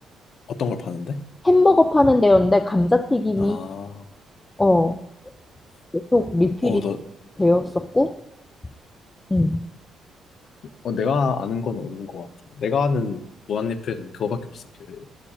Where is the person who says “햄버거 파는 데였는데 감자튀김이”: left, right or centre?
Left